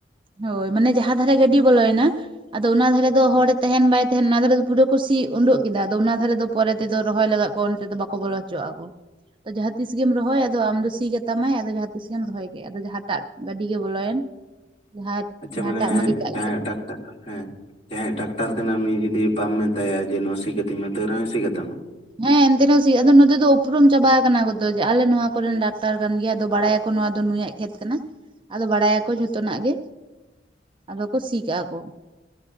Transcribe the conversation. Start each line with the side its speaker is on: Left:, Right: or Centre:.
Right: ᱦᱳᱸᱭ ᱢᱟᱱᱮ ᱡᱟᱦᱟᱸ ᱫᱷᱟᱨᱮ ᱜᱟᱹᱰᱤ ᱵᱚᱞᱚ ᱭᱮᱱᱟ ᱟᱫᱚ ᱚᱱᱟ ᱫᱷᱟᱨᱮ ᱫᱚ ᱦᱚᱲᱮ ᱛᱮᱦᱮᱱ ᱵᱟᱭ ᱛᱮᱦᱮᱱ ᱚᱱᱟ ᱫᱷᱟᱨᱮ ᱫᱚ ᱯᱩᱨᱟᱹᱣ ᱠᱚ ᱥᱤ ᱩᱰᱩᱜ ᱠᱮᱫᱟ᱾ ᱟᱫᱚ ᱚᱱᱟ ᱫᱷᱟᱨᱮ ᱫᱚ ᱯᱚᱨᱮ ᱛᱮ ᱫᱚ ᱨᱚᱦᱚᱭ ᱞᱟᱜᱟᱜ ᱯᱷᱳᱱ ᱛᱮᱫᱚ ᱵᱟᱠᱚ ᱵᱚᱞᱚ ᱦᱚᱪᱚᱣᱟᱜᱟ ᱠᱚ᱾ ᱟᱫᱚ ᱡᱟᱦᱟᱸ ᱛᱤᱥ ᱜᱮᱢ ᱨᱚᱦᱚᱭ ᱟᱫᱚ ᱟᱢ ᱫᱚ ᱥᱤ ᱠᱟᱛᱟᱢᱟᱭ ᱟᱫᱚ ᱡᱟᱦᱟᱸ ᱛᱤᱥ ᱜᱮᱢ ᱨᱚᱦᱚᱭ ᱠᱮᱜ᱾ ᱟᱫᱚ ᱡᱟᱦᱟ ᱴᱟᱜ ᱜᱟᱹᱰᱤ ᱜᱮ ᱵᱚᱞᱚᱭᱮᱱ ᱡᱟᱦᱟᱸ
Left: ᱟᱪᱪᱷᱟ
Right: ᱡᱟᱦᱟᱸᱴᱟᱜ
Left: ᱢᱟᱱᱮ
Right: ᱢᱟᱹᱞᱤᱠᱟᱜ
Left: ᱡᱟᱦᱟᱸᱭᱟᱜ
Right: ᱜᱮ
Left: ᱴᱠᱴᱟᱜ ᱦᱮᱸ᱾ ᱡᱟᱦᱟᱸᱭᱟᱜ ᱴᱟᱠᱴᱟᱨ ᱠᱟᱱᱟ ᱩᱱᱤ ᱡᱩᱫᱤ ᱵᱟᱢ ᱢᱮᱛᱟᱭᱟ ᱡᱮ ᱱᱚᱣᱟ ᱥᱤ ᱠᱟᱛᱤᱧ ᱢᱮ ᱛᱟᱹᱣ ᱨᱮᱦᱚᱸᱭ ᱥᱤ ᱠᱟᱛᱟᱢᱟ?
Right: ᱦᱮᱸ ᱮᱱᱛᱮ ᱨᱮᱦᱚ ᱥᱤ, ᱟᱫᱚ ᱱᱚᱛᱮ ᱫᱚ ᱩᱯᱨᱩᱢ ᱪᱟᱵᱟ ᱠᱟᱱᱟ ᱠᱚᱫᱚ ᱡᱮ ᱟᱞᱮ ᱱᱚᱣᱟ ᱠᱚᱨᱮᱱ ᱰᱟᱠᱛᱟᱨ ᱠᱟᱱ ᱜᱮᱭᱟ ᱟᱫᱚ ᱵᱟᱲᱟᱭᱟᱠᱚ᱾ ᱱᱚᱣᱟ ᱫᱚ ᱱᱩᱭᱟᱜ ᱠᱷᱮᱛ ᱠᱟᱱᱟ, ᱟᱫᱚ ᱵᱟᱲᱟᱭᱟᱠᱚ ᱡᱷᱚᱛᱚ ᱱᱟᱜ ᱜᱮ, ᱟᱫᱚ ᱠᱚ ᱥᱤ ᱠᱟᱜᱟ ᱠᱚ᱾